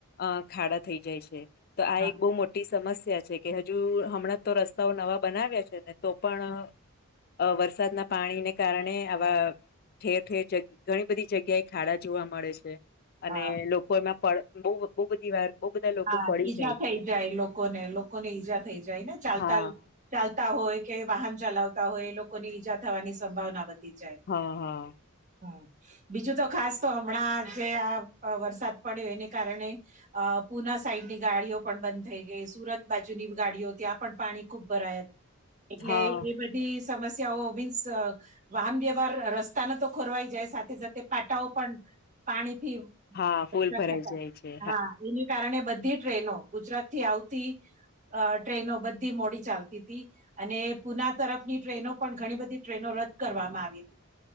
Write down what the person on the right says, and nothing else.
હા
હા
હા
ઈજા થઈ
જાય લોકોને લોકોને ઈજા થઈ જાય ને ચાલતાલ
ચાલતા હોય કે વાહન ચલાવતા હોય એ લોકોની ઈજા થવાની સંભાવના વધી જાય
હા. બીજું તો ખાસ તો હમણાં જે આ અ વરસાદ પડ્યો એને કારણે અ પુના સાઈડ ની ગાડીઓ પણ બંધ થઈ ગઈ સુરત બાજુની ગાડીઓ ત્યાં પણ પાણી ખુબ ભરાયા એટલે
એ બધી સમસ્યાઓ મિન્સ. વાહન વ્યવહાર રસ્તાને તો ખોરવાઈ જાય સાથે સાથે પાટાઓ પણ પાણીથી
<unintelligible>
હા એની કારણે બધી ટ્રેનો ગુજરાત થી આવતી. અ ટ્રેનો બધી મોડી ચાલતી તી અને પુના તરફની ટ્રેનો પણ ઘણી બધી ટ્રેનો રદ કરવામાં આવી હતી